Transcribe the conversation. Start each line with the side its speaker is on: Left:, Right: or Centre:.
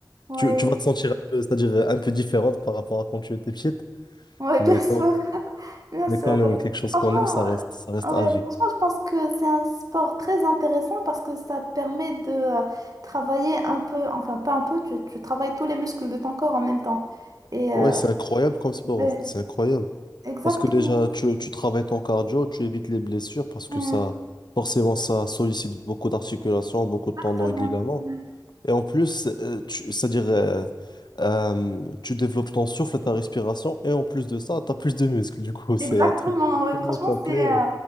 Right: Ouais.
Left: tu, tu vas te sentir un peu, c'est-à-dire euh, un peu différente par rapport à quand tu étais petite,
Right: Ouais,
Left: mais
Right: bien sûr.
Left: quand
Right: <laughs> Bien
Left: Mais
Right: sûr,
Left: quand même,
Right: ouais.
Left: quelque chose
Right: Franchement,
Left: qu'on aime, ça reste,
Right: euh,
Left: ça reste
Right: ouais,
Left: à vie.
Right: franchement, je pense que c'est un sport très intéressant parce que ça te permet de euh, travailler un peu, enfin pas un peu, tu, tu travailles tous les muscles de ton corps en même temps. Et euh,
Left: Ouais, c'est incroyable comme sport,
Right: ouais,
Left: en fait. C'est incroyable.
Right: exactement.
Left: Parce que déjà, tu, tu travailles ton cardio, tu évites les blessures parce que
Right: Mm,
Left: ça, forcément, ça sollicite beaucoup d'articulations, beaucoup de
Right: exactement.
Left: tendons et de ligaments.
Right: ouais.
Left: Et en plus, euh, tu- c'est-à-dire, euh, euh, tu développes ton souffle, ta respiration, et en plus de ça, tu as plus de muscles. Du coup,
Right: Exactement,
Left: c'est un truc
Right: ouais.
Left: tellement
Right: Franchement,
Left: complet.
Right: c'est euh,